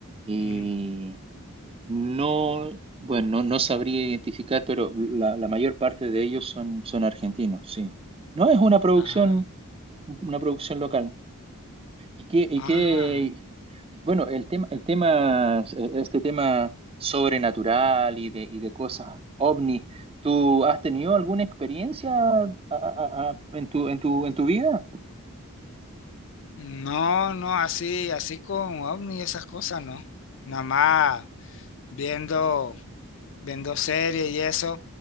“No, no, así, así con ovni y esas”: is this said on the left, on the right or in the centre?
Left